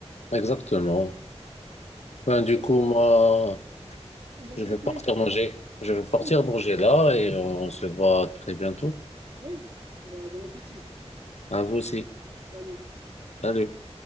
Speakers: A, on the left (about 75°); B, on the right (about 55°).
A: exactement. Ben, du
B: Bah, je
A: coup,
B: crois
A: moi,
B: qu'on va se
A: je vais
B: rappeler.
A: partir manger. Je vais partir
B: Oui,
A: manger là et on se voit très bientôt.
B: oui. Bah, bon appétit.
A: À vous aussi.
B: Salut.
A: Salut.